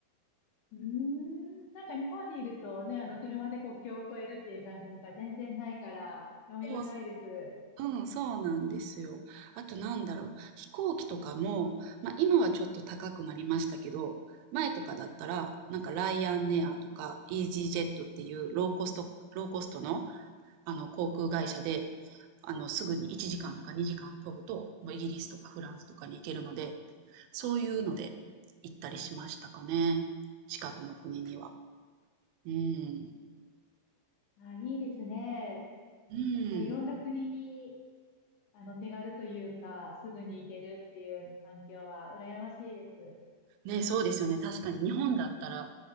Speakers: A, on the left; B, on the right.
A: うーん、なんか日本にいるとね、あの、車で国境を越えるっていう感覚が全然ないから、興味深いです。
B: そうそう。うん、そうなんですよ。あとなんだろう。飛行機とかも、まあ今はちょっと高くなりましたけど、前とかだったら、なんかライアンエアとかイージージェットっていうローコスト、ローコストのあの航空会社であのすぐに1時間とか2時間飛ぶともうイギリスとかフランスとかに行けるのでそういうので行ったりしましたかね近くの国には。うん
A: あ、いいですね。
B: うん
A: じゃあ、いろんな国に、あの、手軽というか、すぐに行けるっていう環境は羨ましいです。
B: ね、そうですよね確かに日本だったら